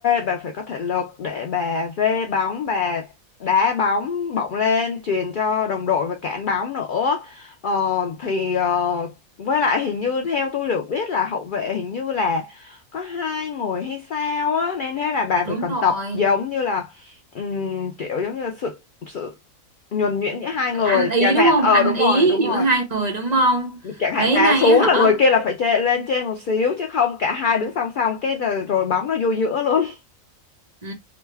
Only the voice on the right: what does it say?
đúng
rồi
sự ăn ý
đúng không
ăn
ý
giữa
hai người đúng không
mấy
nay
á, họ
Ừ,